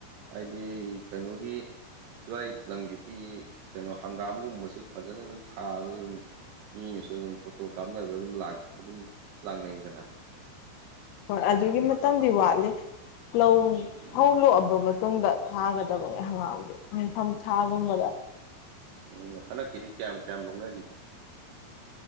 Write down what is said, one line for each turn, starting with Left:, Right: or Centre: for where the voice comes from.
Right: ꯍꯥꯏꯗꯤ ꯀꯩꯅꯣꯒꯤ ꯑꯗꯨꯋꯥꯏ ꯂꯝꯒꯤꯗꯤ ꯀꯩꯅꯣ ꯍꯪꯒꯥꯝꯒꯨꯝꯕꯁꯤ ꯐꯖꯅ ꯑꯗꯨꯝ ꯊꯥꯕꯗ ꯑꯗꯨꯝ ꯃꯤꯅꯁꯨ ꯑꯗꯨꯝ ꯐꯣꯇꯣ ꯀꯥꯞꯅꯕ ꯑꯗꯨꯝ ꯂꯥꯡ ꯑꯗꯨꯝ ꯂꯥꯛꯅꯩꯗꯅ
Left: ꯍꯣꯏ ꯑꯗꯨꯒꯤ ꯃꯇꯝꯗꯤ ꯋꯥꯠꯂꯤ ꯂꯧ
Right: ꯎꯝ
Left: ꯐꯧ ꯂꯣꯛꯑꯕ ꯃꯇꯨꯡꯗ ꯊꯥꯒꯗꯕꯅꯦ ꯍꯪꯒꯥꯝꯗꯤ ꯅꯤꯡꯊꯝ ꯊꯥ ꯒꯨꯝꯕꯗ
Right: ꯎꯝ ꯍꯟꯗꯛꯀꯤꯗꯤ ꯀꯌꯥꯝ ꯀꯌꯥꯝ ꯂꯣꯛꯅꯒꯤꯒꯦ